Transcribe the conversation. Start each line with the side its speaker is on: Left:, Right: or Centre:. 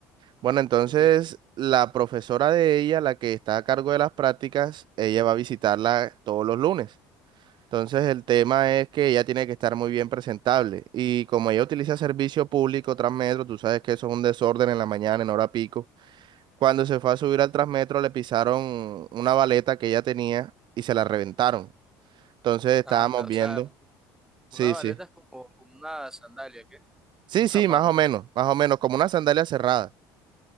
Right: Bueno, entonces
Centre: Sí, sí.
Right: la profesora de ella, la que está a cargo de las prácticas, ella va a visitarla todos los lunes. Entonces el tema es que ella tiene que estar muy bien presentable. Y como ella utiliza servicio público, Transmetro, tú sabes que eso es un desorden en la mañana, en hora pico. Cuando se fue a subir al Transmetro le pisaron una baleta que ella tenía y se la reventaron. Entonces estábamos
Centre: anda, o
Right: viendo.
Centre: sea,
Right: Sí,
Centre: una baleta
Right: sí.
Centre: es como, como una sandalia, ¿qué?
Right: Sí,
Centre: Un zapato.
Right: sí, más o menos, más o menos, como una sandalia cerrada.